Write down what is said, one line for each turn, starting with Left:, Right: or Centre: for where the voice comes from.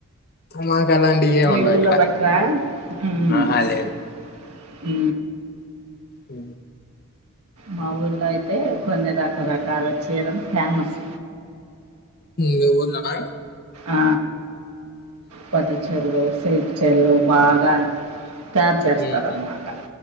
Left: మాకు అలాంటివి ఏం
Right: మీ
Left: ఉండవు
Right: ఊర్లో
Left: ఇక్కడ
Right: పెట్టరా అ
Left: ఆహా లేదు అ
Right: మా ఊర్లో అయితే కొన్ని రకరకాల చీరలు ఫేమస్
Left: బా
Right: ఆ పటి చల్ వయ సిల్చర్లు బాగా తయారు చేస్తారన్నమాట
Left: హ్మ్,